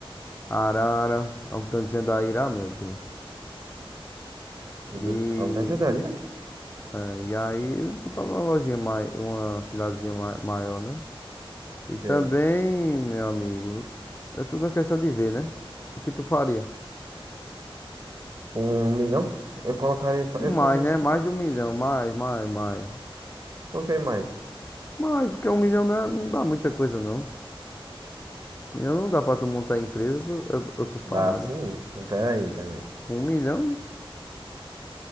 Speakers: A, on the left; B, on the right.
A: Arara, Algodão de Jandaíra, ah, meu Deus.
B: O
A: E,
B: do, o Grande Adalira?
A: é, e aí botar numa lojinha mais, uma cidadezinha ma- maior, né? E
B: Sei.
A: também, meu amigo, é tudo uma questão de ver, né? O que tu faria?
B: Um milhão? Eu colocaria, fa-
A: Com
B: eu
A: mais,
B: fazia
A: né?
B: isso que
A: Mais
B: tu f-
A: de um milhão, mais, mais, mais.
B: coloquei mais.
A: Mas porque um milhão não é- não dá muita coisa, não. Um milhão não dá pra tu montar empresas, ou- outras paradas.
B: Dá sim? Pera aí também.
A: Com um milhão,